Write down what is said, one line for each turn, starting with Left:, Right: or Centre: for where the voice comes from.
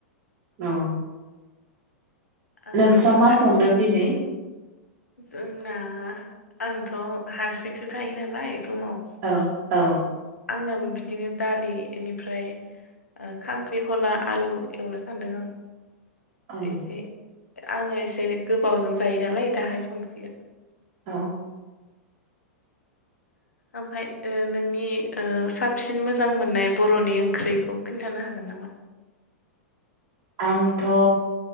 Right: औ
Left: आ,
Right: नोंस्रा
Left: ओमफ्राय
Right: मा संदों दिनै?
Left: जोंना आंथ' हारसिंसो थायो नालाय। रुमाव
Right: औ औ
Left: आंनाबो बि बिदिनो दालि बेनिफ्राय ओ खांख्रिखला आलु एवनो सान्दों आं।
Right: औ
Left: एसे आङो एसे गोबावजों जायो नालाय दाहाय संसिगोन।
Right: औ
Left: ओमफ्राय ओ नोंनि साबसिन मोजां मोननाय बर'नि ओंख्रिखौ खिन्थानो हागोन नामा?
Right: आंथ' ओ